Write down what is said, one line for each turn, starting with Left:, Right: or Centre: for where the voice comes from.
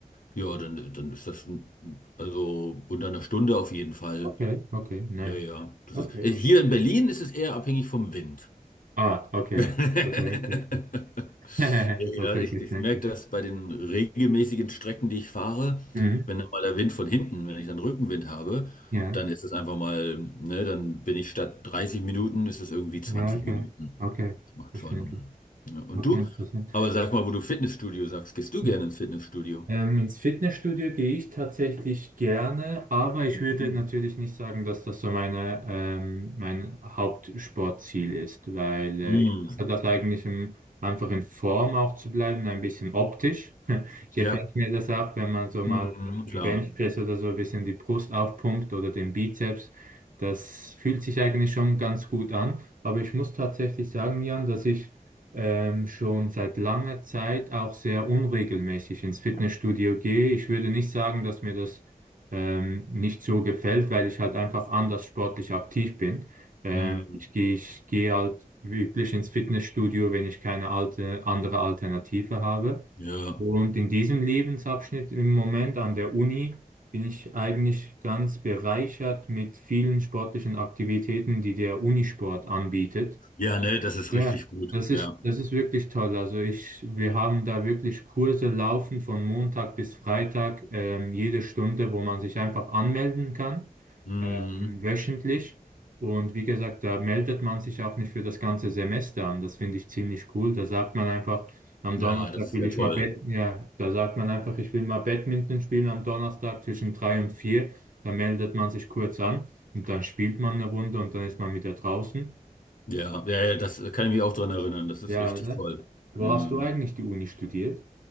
Left: ja, dann, dann ist das, ein- also unter einer Stunde auf jeden Fall.
Right: okay, okay, nice.
Left: Ja, ja. Das
Right: Okay.
Left: ist, äh, hier in Berlin ist es eher abhängig vom Wind.
Right: Ah, okay.
Left: <laughs>
Right: Okay, okay, okay. <laughs>
Left: Ja,
Right: Okay,
Left: ja, ich,
Right: okay,
Left: ich
Right: danke.
Left: merke das bei den regelmäßigen Strecken, die ich fahre,
Right: Mhm.
Left: wenn dann mal der Wind von hinten, wenn ich dann Rückenwind habe,
Right: Ja,
Left: dann ist es einfach mal, ne, dann bin ich statt 30 Minuten, ist es irgendwie 20
Right: ja, okay.
Left: Minuten.
Right: Okay,
Left: Das macht
Right: verständlich.
Left: schon. Ne. Ja, Und
Right: Okay,
Left: du?
Right: interessant.
Left: Aber sag mal, wo du Fitnessstudio sagst, gehst du
Right: Ja.
Left: gerne ins Fitnessstudio?
Right: Ähm, ins Fitnessstudio gehe ich tatsächlich gerne, aber ich würde
Left: Hm.
Right: natürlich nicht sagen, dass das so meine, ähm, mein Hauptsportziel ist, weil äh,
Left: Hm,
Right: ich mache das eigentlich, um einfach in Form auch zu bleiben, ein bisschen optisch. <laughs> Gefällt
Left: Ja,
Right: mir das auch, wenn man so mal
Left: Hm,
Right: im
Left: klar.
Right: Benchpress oder so ein bisschen die Brust aufpumpt oder den Bizeps. Das fühlt sich eigentlich schon ganz gut an, aber ich muss tatsächlich sagen, Jan, dass ich ähm, schon seit langer Zeit auch sehr unregelmäßig ins Fitnessstudio gehe. Ich würde nicht sagen, dass mir das ähm, nicht so gefällt, weil ich halt einfach anders sportlich aktiv bin. Äh,
Left: Hm,
Right: Mhm. ich gehe, ich gehe halt wirklich ins Fitnessstudio, wenn ich keine alte, andere Alternative habe.
Left: Ja.
Right: Und in diesem Lebensabschnitt im Moment an der Uni bin ich eigentlich ganz bereichert mit vielen sportlichen Aktivitäten, die der Unisport anbietet.
Left: Ja, ne, das ist
Right: Ja,
Left: richtig gut.
Right: das
Left: Ja.
Right: ist, das ist wirklich toll. Also ich, wir haben da wirklich Kurse laufen von Montag bis Freitag, ähm, jede Stunde, wo man sich einfach anmelden kann,
Left: Hm,
Right: ähm, wöchentlich. Und wie gesagt, da meldet man sich auch nicht für das ganze Semester an. Das finde ich ziemlich cool. Da sagt man einfach, am
Left: Ja,
Right: Donnerstag
Left: das ist
Right: will
Left: ja
Right: ich
Left: toll.
Right: mal Bad, ja, da sagt man einfach, ich will mal Badminton spielen am Donnerstag zwischen drei und vier. Da meldet man sich kurz an und dann spielt man eine Runde und dann ist man wieder draußen.
Left: Ja, ja, ja, das kann ich mich auch dran erinnern. Das ist
Right: Ja,
Left: richtig
Right: oder?
Left: toll.
Right: Wo
Left: Hm.
Right: hast du eigentlich die Uni studiert?